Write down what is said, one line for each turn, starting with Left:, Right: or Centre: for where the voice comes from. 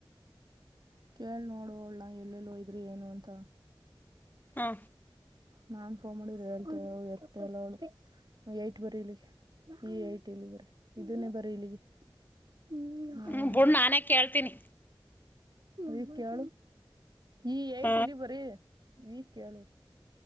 Right: ಕೇಳಳ್ ನೋಡು ಅಳ್ಳ ಎಲ್ಲೆಲ್ಲೋಯ್ರಿ ಏನು ಅಂತ.
Left: ಹಾ.
Right: ನಾನ್ ಫೋನ್ ಮಾಡಡಿದರು ಹೇಳ್ತೇವ ಎತ್ತ ಎಲ್ಲ ಅವಳು ಏಟ್ ಬರಿೀಲಿ ಈ ಏಟ್. ಇ ಬರ ಇದನ್ನೇ ಬರೀ ಇಲ್ಲಿಗೆ. ಹ್ಮ್
Left: ಹ್ಮ ಬಿುಡ್ ನಾನೇ ಕೇಳ್ತೀನಿ.
Right: ಈ ಕು ಈ ಏಟ್
Left: ಹ
Right: ಇಲಿ ಬರಿೀ. ಈ ಕೇಳು.